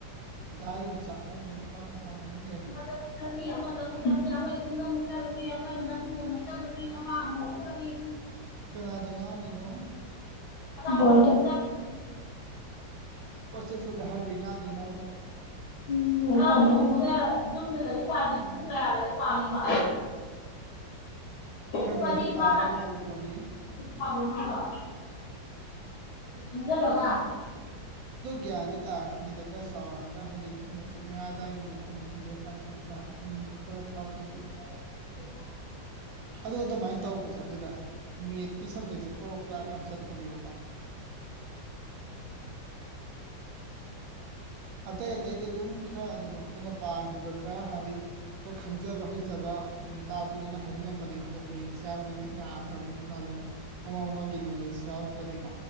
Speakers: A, on the right (about 70°); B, on the left (about 70°).
A: ꯗꯥ ꯌꯣꯡꯆꯥꯛ ꯍꯥꯏꯔꯤ ꯑꯦꯀꯥꯎꯟ ꯃꯃꯤꯡ
B: <unintelligible>
A: ꯀꯩꯗꯤ
B: ꯆꯥꯠꯂꯨꯅꯤ ꯑꯃ ꯃꯅꯤꯡ ꯑꯃꯨꯛ ꯃꯃꯥꯡ ꯑꯃꯨꯛ ꯊꫭꯛꯀꯅꯤ
A: ꯀꯅꯥꯗ ꯉꯥꯡꯉꯤꯅꯣ
B: ꯕꯣꯜꯗ
A: ꯀꯣꯏꯆꯠ ꯆꯠꯂꯦ ꯍꯥꯏꯕꯩ ꯉꯥꯡꯉꯤꯔꯕ
B: ꯎꯝ ꯂꯥꯏꯔꯤꯛ ꯄꯥꯗꯕꯩ ꯃꯥ ꯅꯣꯡꯃꯗ ꯌꯨꯝꯗ ꯂꯥꯏꯔꯤꯛ ꯄꯥꯔꯗꯤ
A: ꯎꯝ
B: ꯄꯨꯡ ꯀꯌꯥ ꯂꯥꯏꯔꯤꯛ ꯄꯥꯗꯣꯏꯕ ꯄꯨꯡ
A: ꯈꯔ ꯈꯔꯗꯤ
B: ꯑꯅꯤ
A: ꯄꯥꯕ
B: ꯐꯥꯅ
A: ꯌꯥꯕ ꯄꯣꯠꯅꯤ
B: ꯄꯥꯕ꯭ꯔꯣ ꯅꯪꯕꯣ ꯏꯟꯖꯜꯂꯒ
A: ꯑꯗꯣ ꯒ꯭ꯌꯥꯟꯗꯤ ꯇꯥꯔꯛꯈꯤꯅꯤꯗ ꯈꯔ ꯆꯥꯎꯔꯛꯑꯒ ꯍꯥꯏꯗꯤ ꯃꯦꯇ꯭ꯔꯤꯛ ꯃꯌꯥ ꯑꯗꯥꯏꯒꯨꯝꯕꯗꯣ ꯑꯗꯨꯗꯤ ꯂꯥꯏꯔꯤꯛ ꯄꯥꯅꯤꯡꯉ ꯄꯥ ꯍꯩꯅꯤꯡꯕ ꯈꯔ ꯐꯥꯎꯔꯛꯄꯗꯤ ꯌꯥꯏ
B: ꯎ <inaudible>
A: ꯑꯗꯣ ꯑꯗꯨꯃꯥꯏ ꯇꯧꯔꯛꯕꯁꯦ ꯑꯗꯨꯗ ꯃꯦꯠꯀꯤ ꯁꯞꯖꯦꯛꯁꯦ ꯀꯔꯣꯛ ꯀꯔꯥꯛ ꯌꯥꯝ ꯆꯠꯄꯅꯦꯕꯀꯣ ꯑꯇꯩ ꯑꯇꯩꯗꯤ ꯑꯗꯨꯝ ꯈꯔ ꯑꯗꯨꯝ ꯑꯩꯈꯣꯏꯅ ꯄꯥꯈꯤꯕ ꯈꯔ ꯍꯥꯏꯗꯤ ꯈꯔ ꯈꯪꯖꯕ ꯍꯩꯖꯕ ꯑꯗꯨꯝ ꯇꯥꯛꯄꯗꯨꯅ ꯍꯩꯉꯝꯕꯅꯦꯕ ꯑꯗꯣ ꯃꯦꯠ ꯁꯦꯌꯥꯝꯅꯪ ꯌꯥꯗꯕꯅꯤ ꯍꯥꯟꯅꯒꯤ ꯃꯃꯥꯡ ꯃꯃꯥꯡꯒꯤ ꯅꯣꯂꯦꯖ ꯌꯥꯎꯔꯛꯇ꯭ꯔꯗꯤꯀꯣ